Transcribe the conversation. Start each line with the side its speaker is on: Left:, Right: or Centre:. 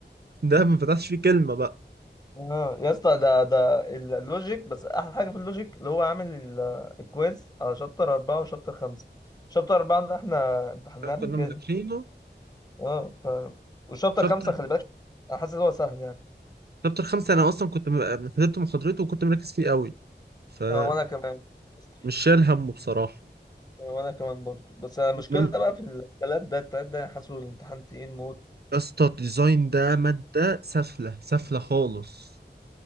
Right: ده ما فتحش فيه كلمه بقى
Left: اه يا اسطى ده ده ال- اللوجيك بس احلى حاجه في اللوجيك اللي هو عامل ال- الكويز على شابتر أربعة وشابتر خمسة شابتر أربعة ده احنا امتحناه
Right: احنا
Left: قبل
Right: كنا
Left: كده
Right: مذاكرينه
Left: اه ف... وشابتر
Right: شابتر
Left: خمسة خلي بالك انا حاسس ان هو سهل يعني
Right: شابتر خمسة انا اصلا كنت م- حضرت محاضرته وكنت مركز فيه قوي فمش
Left: اه وانا كمان استحي.
Right: شايل همه بصراحه
Left: اه وانا كمان برضه بس المشكله
Right: انما
Left: بقى في التلات ده التلات ده حاسه الامتحان تقيل موت
Right: يا اسطى الديزاين ده ماده سفله سفله خالص